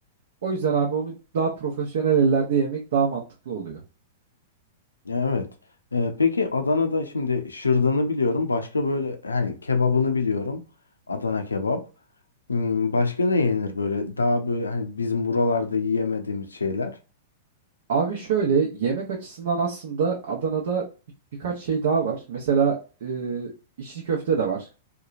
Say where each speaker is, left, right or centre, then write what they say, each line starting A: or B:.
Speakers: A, on the right; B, on the left.
A: O yüzden abi onu daha profesyonel ellerde yemek daha mantıklı oluyor.
B: Evet. Ee, peki Adana'da şimdi şırdanı biliyorum. Başka böyle hani kebabını biliyorum. Adana kebap. Hmm, başka ne yenir böyle? Daha böyle hani bizim buralarda yiyemediğimiz şeyler.
A: Abi şöyle yemek açısından aslında Adana'da bir- birkaç şey daha var. Mesela e, içli köfte de var.